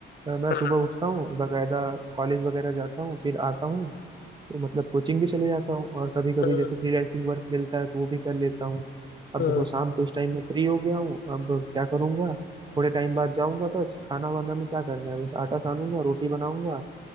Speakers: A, on the right; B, on the left.
A: अ, मैं
B: हाँ
A: सुबह उठता हूँ बकायदा कॉलेज वगैरह जाता हूँ फिर आता हूँ तो मतलब कोचिंग भी चले जाता हूँ और कभी कभी
B: हाँ
A: जैसे फ्रीलांसिंग वर्क मिलता है तो वो भी कर लेता हूँ अब
B: हाँ
A: देखो शाम को इस टाइम में फ्री हो गया हूँ अब क्या करूँगा थोड़े टाइम बाद जाऊंगा बस खाना वाना में क्या करना है बस आटा सानूंगा रोटी बनाऊंगा